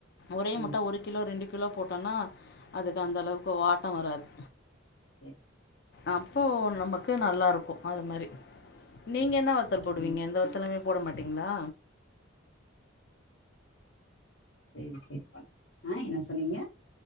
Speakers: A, on the left (about 55°); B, on the left (about 80°).
A: ஒரே
B: ம்
A: முட்ட ஒரு கிலோ ரெண்டு கிலோ போட்டோம்னா அதுக்கு அந்த அளவுக்கு வாட்டம் வராது
B: ஏக்
A: அப்போ நமக்கு நல்லா இருக் அது மாரி நீங்க என்ன வத்தல் போடுவீங்க
B: ம்
A: எந்த வத்தலுமே போட மாட்டீங்ளா
B: சேரி சேரிப்பா ஆஹ் என்ன சொன்னீங்க